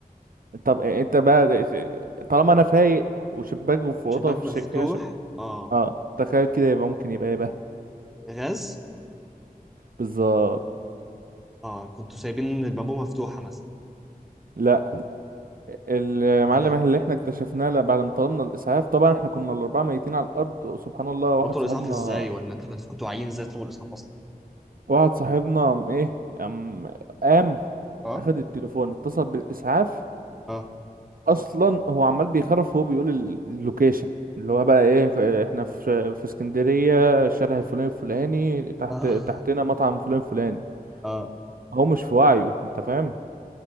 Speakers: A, on the right (about 65°); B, in the centre.
A: طب إيه، انت بقى د- طالما انا فايق وشباك في اوضه
B: شباك
A: في
B: مفتوح
A: ش... فيها شب...
B: اه
A: اه تخيل كده يبقى ممكن يبقى ايه بقى
B: غاز
A: بالظبط
B: اه كنتوا سايبين البابو مفتوحه مثلا
A: لا المعلم
B: امال ايه
A: اللي احنا اكتشفناه لا، بعد ما طلبنا الاسعاف طبعا احنا كنا الاربعه ميتين على الارض سبحان الله واحد
B: طلبتوا
A: صاحبنا
B: الاسعاف ازاي ولا انتوا كنت- كنتوا عايزين ازاي تطلبوا الاسعاف اصلا
A: واحد صاحبنا قام ايه قام قام
B: اه
A: اخد التليفون اتصل بالاسعاف
B: اه
A: اصلا هو عمال بيخرف وهو بيقول ال- اللوكيشن اللي هو بقى ايه احنا في في اسكندريه الشارع الفلاني الفلاني تحت
B: اه
A: تحتنا مطعم فلان فلاني
B: اه
A: هو مش في وعيه انت فاهم